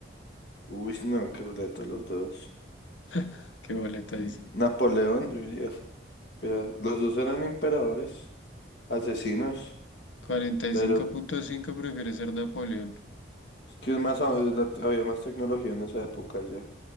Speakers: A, on the left; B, on the left.
A: Uy, no, qué boleta los dos.
B: <laughs> ¿Qué boleta dice?
A: N- Napoleón, yo diría. que era- los dos eran emperadores, asesinos.
B: Cuarenta y
A: Pero
B: cinco punto cinco prefiere ser Napoleón.
A: es que es más, a- es la- había más tecnología en esa época ya.